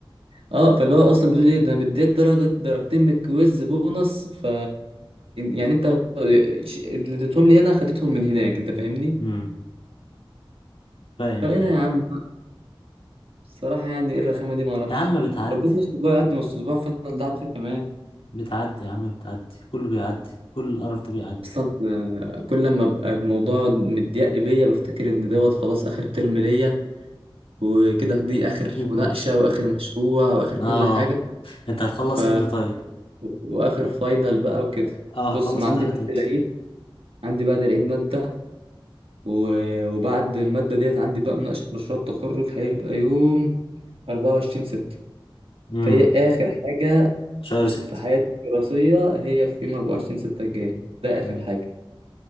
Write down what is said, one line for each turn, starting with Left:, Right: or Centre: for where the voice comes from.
Right: اه فاللي هو اصلا بتقول ايه ده أنا مديك درجه درجتين من الكويز بونص ف يعني انت ش- اللي اديتهم لي هنا خدتهم من هناك انت فاهمني
Left: امم فاهم
Right: فايه
Left: فاهم
Right: ده يا عم الصراحه يعني ايه الرخامه دي ما اعرفش
Left: يا عم بتعدي
Right: ربنا يستر بقى يعدي نص اسبوع فضل ده على خير كمان
Left: بتعدي يا عم بتعدي كله بيعدي كل القرف ده بيعدي
Right: اصلا آه، كل لما ابقى الموضوع مضيق بيا بفتكر ان دوت خلاص اخر ترم ليا وكده دي اخر
Left: انت
Right: مناقشه واخر مشروع واخر كل
Left: اه
Right: حاجه
Left: انت هتخلص
Right: ف
Left: امتى طيب
Right: واخر فاينل بقى وكده
Left: اه
Right: بص
Left: هتخلص
Right: انا
Left: امتحانات
Right: عندي بعد
Left: امتى
Right: العيد عندي بعد العيد ماده و- وبعد المادة ديت عندي بقى مناقشة مشروع التخرج هيبقى يوم أربعة وعشرين ستة
Left: امم
Right: فهي آخر حاجة
Left: شهر ست
Right: في حياتي الدراسية هي في يوم أربعة وعشرين ستة الجاي ده آخر
Left: امم
Right: حاجة